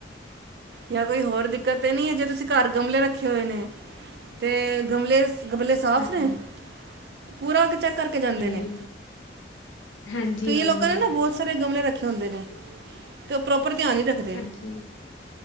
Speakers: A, on the right; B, on the left.
A: ਜਾਂ ਕੋਈ ਹੋਰ ਦਿੱਕਤ ਤਾਂ ਨਹੀਂ ਹੈ ਜੇ ਤੁਸੀਂ ਘਰ ਗਮਲੇ ਰੱਖੇ ਹੋਏ ਨੇ ਤੇ ਗਮਲੇ ਗਮਲੇ ਸਾਫ
B: ਹਾਂ
A: ਨੇ ਪੂਰਾ ਕੇ ਚੈੱਕ ਕਰਕੇ ਜਾਂਦੇ
B: ਹਾਂਜੀ,
A: ਨੇ
B: ਹਾਂਜੀ
A: ਕਈਆਂ
B: ਆਏ
A: ਲੋਕਾਂ
B: ਹੁੰਦੇ
A: ਨੇ ਨਾ ਬਹੁਤ
B: ਆ
A: ਸਾਰੇ ਗਮਲੇ ਰੱਖੇ ਹੁੰਦੇ ਨੇ ਤੇ ਉਹ ਪ੍ਰੋਪਰ ਧਿਆਨ ਹੀ ਰੱਖਦੇ
B: ਜੀ